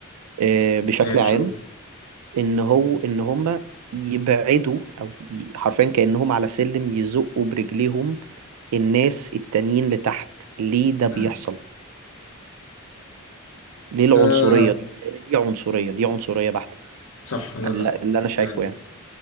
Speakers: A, on the right (about 90°); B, on the left (about 65°).
A: آه، بشكل
B: نهاية
A: عام
B: شو ده
A: ان هو ان هم يبعدوا او ي- حرفيا كأنهم على سلم يزقوا برجليهم الناس التانيين لتحت ليه ده
B: مم.
A: بيحصل ليه العنصرية
B: آه
A: دي لان دي عنصرية دي عنصرية بحتة
B: صح أنا
A: اللي
B: خ-
A: اللي انا شايفه
B: يعني
A: يعني